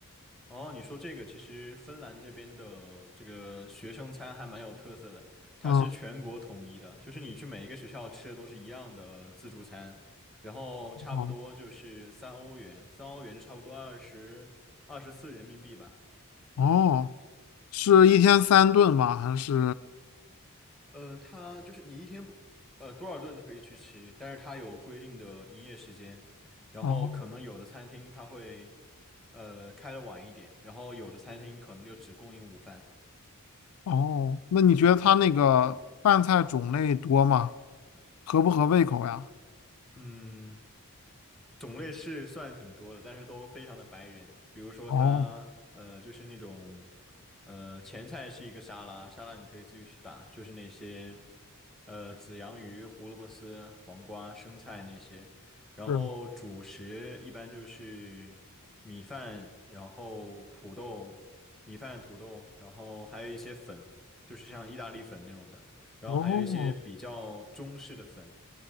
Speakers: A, in the centre; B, on the left.
A: 哦，你说这个其实芬兰这边的这个学生餐还蛮有特色的，它是全国统一的，
B: 嗯，
A: 就是你去每一个学校吃的都是一样的自助餐，然后差不多就是三欧元，
B: 好的
A: 三欧元就差不多二十二十四人民币吧。
B: 哦，是一天三顿吗？还是？
A: 呃，它就是你一天不呃多少顿都可以去吃，但是它有规定的营业时间，然后可能有的餐厅它会
B: 哦
A: 呃开的晚一点，然后有的餐厅可能就只供应午饭。
B: 哦，那你觉得他那个饭菜种类多吗？合不合胃口呀？
A: 嗯，种类是算挺多的，但是都非常的白人。比如说它，
B: 哦，
A: 呃，就是那种，呃，前菜是一个沙拉，沙拉你可以自己去打，就是那些，呃，紫洋芋、胡萝卜丝、黄瓜、生菜那些。然后主食一般就是米饭，
B: 对，
A: 然后土豆，米饭、土豆，然后还有一些粉，就是像意大利粉那种的，然后还有一些比较中式的粉。
B: 哦，